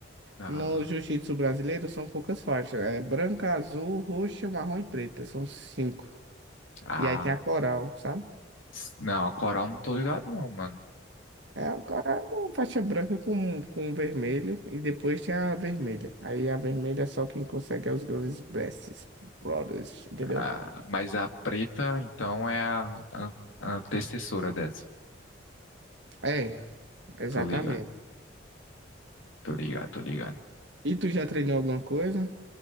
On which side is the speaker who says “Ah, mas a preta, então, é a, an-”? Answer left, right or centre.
Left